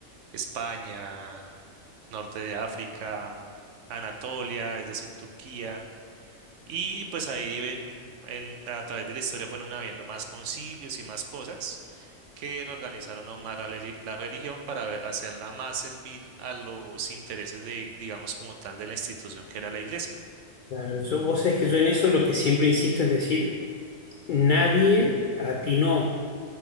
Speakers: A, on the right (about 70°); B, on the left (about 75°).
A: España, norte de África, Anatolia, es decir, Turquía, y pues ahí eh, en- a través de la historia fueron habiendo más concilios y más cosas que reorganizaron aún más la, reli- la religión para ve- hacerla más servil a los intereses de, digamos, como tal de la institución que era la iglesia.
B: Claro, yo, vos sabés que yo en eso lo que siempre insisto es decir, nadie atinó